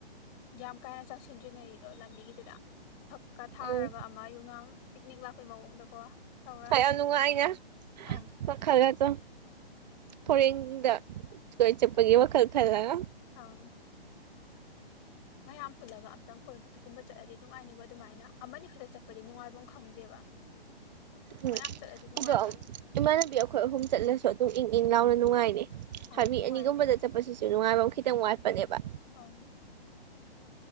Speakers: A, on the left; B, on the right.
A: <unintelligible> ꯌꯥꯝ ꯀꯥ ꯍꯦꯟꯅ ꯆꯪꯁꯤꯟꯗ꯭ꯔꯤꯉꯩ ꯑ ꯂꯝꯕꯤꯒꯤꯗꯨꯗ ꯐꯛꯀ ꯊꯥꯔꯒ
B: ꯎꯝ
A: ꯃꯥꯌꯨꯉꯥꯝ ꯄꯤꯛꯅꯤꯛ ꯂꯥꯛꯄꯩ ꯃꯑꯣꯡꯗꯀꯣ ꯇꯧꯔ
B: ꯀꯌꯥꯝ ꯅꯨꯡꯉꯥꯏꯅ
A: ꯑꯪ
B: ꯋꯥꯈꯜ ꯒꯥꯗꯣ ꯐꯣꯔꯦꯟꯗ ꯀꯣꯏ ꯆꯠꯄꯒꯤ ꯋꯥꯈꯜ ꯈꯜꯂꯒ
A: ꯑꯥꯎ ꯃꯌꯥꯝ ꯄꯨꯜꯂꯒ ꯑꯝꯇꯪ ꯀꯣꯏꯕꯒꯨꯝꯕ ꯆꯠꯂꯗꯤ ꯅꯨꯡꯉꯥꯏꯅꯤꯕ ꯑꯗꯨꯃꯥꯏꯅ ꯑꯃꯅꯤ ꯈꯛꯇ ꯆꯠꯄꯗꯤ ꯅꯨꯡꯉꯥꯏꯕꯝ ꯈꯪꯗꯦꯕ
B: ꯎꯝ
A: ꯃꯌꯥꯝ ꯆꯠꯂꯗꯤ ꯅꯨꯡꯉꯥꯏꯗꯣꯏꯅꯦ
B: ꯑꯗꯣ ꯏꯃꯥꯟꯅꯕꯤ ꯑꯩꯈꯣꯏ ꯑꯍꯨꯝ ꯆꯠꯂꯁꯨ ꯑꯗꯨꯝ ꯏꯪ ꯏꯪ ꯂꯥꯎꯅ ꯅꯨꯡꯉꯥꯏꯅꯤ
A: ꯑꯪ
B: ꯍꯥꯏꯕꯤ
A: ꯅꯨꯡꯉꯥꯏꯅꯦ
B: ꯑꯅꯤꯒꯨꯝꯕꯗ ꯆꯠꯄꯁꯤꯁꯨ ꯅꯨꯡꯉꯥꯏꯕꯝ ꯈꯤꯇꯪ ꯋꯥꯠꯄꯅꯦꯕ
A: ꯑꯪ